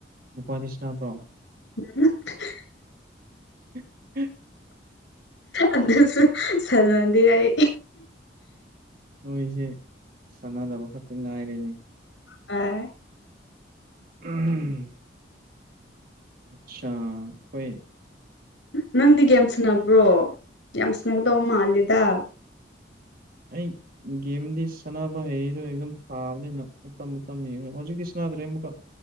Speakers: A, on the right; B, on the left.
A: ꯅꯨꯄꯥꯗꯤ ꯁꯅꯕ꯭ꯔꯣ
B: <inaudible>
A: ꯎ ꯎꯝ <inaudible>
B: ꯑꯗꯨꯁꯨ ꯁꯥꯟꯅꯗꯦ ꯑꯩ
A: ꯅꯣꯏꯁꯦ ꯁꯥꯟꯅꯗꯕ ꯈꯛꯇ ꯉꯥꯏꯔꯦꯅꯦ
B: ꯍꯣꯢ
A: ꯎꯝꯨꯝ <unintelligible> ꯑꯆꯥꯥ ꯍꯣꯏ
B: ꯅꯪꯗꯤ ꯒꯦꯝ ꯁꯨꯟꯅꯅꯕ꯭ꯔꯣ ꯌꯥꯝ ꯁꯟꯅꯒꯗꯧꯕ ꯃꯥꯂꯦꯗ
A: ꯑꯩ ꯒꯦꯝꯗꯤ ꯁꯥꯟꯅꯕ ꯍꯩꯗꯣ ꯍꯩꯒꯨꯝ ꯊꯥꯕꯅꯤꯅ ꯃꯇꯝ ꯃꯇꯝ ꯌꯦꯡꯉ ꯍꯧꯖꯤꯛꯇꯤ ꯁꯥꯟꯅꯗ꯭ꯔꯦ ꯑꯃꯨꯛꯒ